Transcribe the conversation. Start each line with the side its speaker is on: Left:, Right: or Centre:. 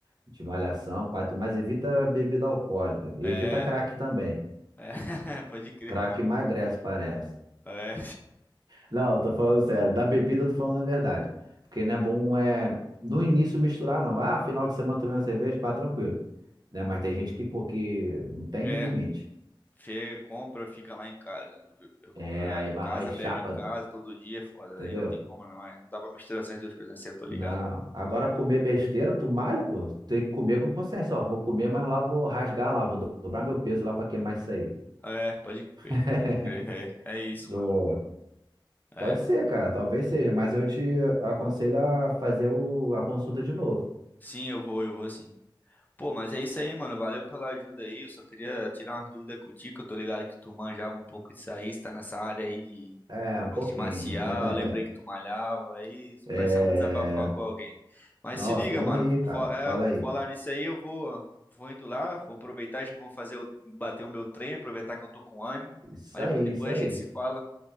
Right: de malhação, pai, tu- mas evita bebida alcoólica. E
Left: É,
Right: evita crack também.
Left: é, <laughs> pode crer,
Right: O crack
Left: mano.
Right: emagrece, parece.
Left: É,
Right: Não, eu tô falando sério. Da bebida eu tô falando a verdade. Porque não é bom é, no início misturar, não. Ah, final de semana tomei uma cerveja, pá, tranquilo. Né? Mas tem gente que, pô, que não tem
Left: <laughs> é,
Right: limite.
Left: chega, compra, fica lá em casa,
Right: É,
Left: compra
Right: aí
Left: em
Right: vai
Left: casa,
Right: lá e chapa,
Left: bebe em casa todo dia, é foda,
Right: entendeu?
Left: aí não tem como não, é, não dá pra misturar essas duas coisas, né? Cê, eu tô ligado.
Right: Não. Agora comer besteira, tu malha, pô. Tem que comer com consciência. Ó, vou comer, mas lá vou rasgar lá, vou do- dobrar meu peso lá pra queimar isso aí.
Left: É, pode crer,
Right: <laughs>
Left: pode crer, é, é isso,
Right: Do...
Left: mano. É,
Right: Pode ser, cara, talvez seja, mas eu te aconselho a fazer o... a consulta de novo.
Left: sim, eu vou, eu vou sim. Pô, mas é isso aí, mano. Valeu pela ajuda aí. Eu só queria tirar umas dúvidas contigo. que Eu tô ligado que tu manjava um pouco disso aí, você tá nessa área aí de
Right: É, um
Left: arte
Right: pouquinho.
Left: marcial.
Right: <laughs>
Left: Eu lembrei que tu malhava aí,
Right: É.
Left: precisava desabafar É, com alguém. Mas
Right: Não,
Left: se liga,
Right: toma
Left: tá mano.
Right: aí,
Left: Por,
Right: cara.
Left: fa- é,
Right: Fala
Left: por
Right: aí.
Left: falar nisso aí, eu vou, vou indo lá, vou aproveitar, já vou fazer o, bater o meu treino, aproveitar que eu tô com ânimo.
Right: Isso
Left: Mas
Right: aí,
Left: depois, depois
Right: isso aí.
Left: a gente se fala,